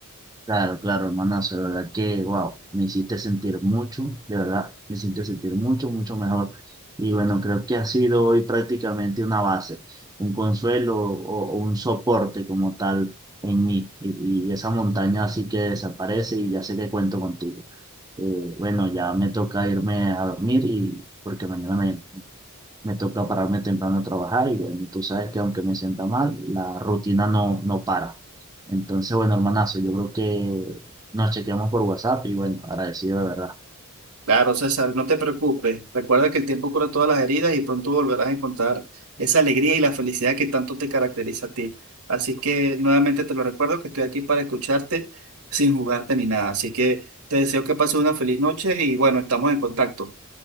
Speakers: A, on the right; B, on the right.
A: Claro, claro, hermanazo, de verdad que, wow, me hiciste sentir mucho, de verdad, me hiciste sentir mucho, mucho mejor. Y bueno, creo que ha sido hoy prácticamente una base, un consuelo o, o un soporte como tal en mí. Y, y esa montaña así que desaparece y ya sé que cuento contigo. Eh, bueno, ya me toca irme a dormir y porque mañana me me toca pararme temprano a trabajar y bueno, tú sabes que aunque me sienta mal, la rutina no, no para. Entonces, bueno, hermanazo, yo creo que nos chequeamos por WhatsApp y bueno, agradecido de verdad.
B: Claro, César, no te preocupes. Recuerda que el tiempo cura todas las heridas y pronto volverás a encontrar esa alegría y la felicidad que tanto te caracteriza a ti. Así que nuevamente te lo recuerdo que estoy aquí para escucharte sin jugarte ni nada. Así que te deseo que pases una feliz noche y bueno, estamos en contacto.